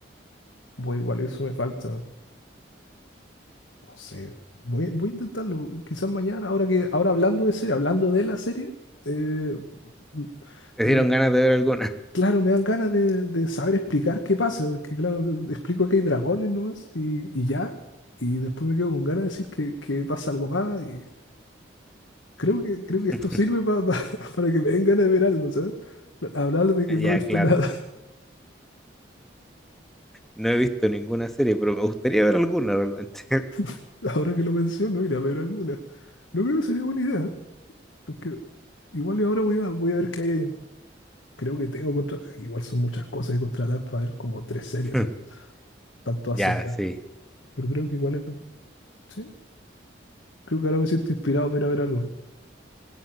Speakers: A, on the left; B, in the centre.
A: Bueno, igual eso me falta. No sé, voy, voy a intentarlo. Quizás mañana, ahora que, ahora hablando de serie, hablando de la serie, eh, m-
B: ¿Te
A: me-
B: dieron ganas de ver alguna?
A: claro, me dan ganas de, de saber explicar qué pasa, porque claro, de- explico que hay dragones nomás y, y ya, y después me quedo con ganas de decir que, que pasa algo más, y creo que, creo
B: <laughs>
A: que esto sirve pa- pa- <laughs> para que me den ganas de ver algo, ¿sabes? Hablar de que
B: Ya,
A: no he visto
B: claro.
A: nada,
B: No he visto ninguna serie, pero me gustaría ver alguna realmente.
A: <laughs> ahora que lo menciono, ir a ver alguna. No creo que sería buena idea, ¿eh? porque igual y ahora voy a, voy a ver qué hay Creo que tengo contra- igual son muchas cosas que contratar para ver como tres series,
B: <laughs>
A: ¿eh? Tanto hace,
B: Ya,
A: ¿verdad?
B: sí.
A: pero creo que igual es- sí, creo que ahora me siento inspirado para ir a ver algo.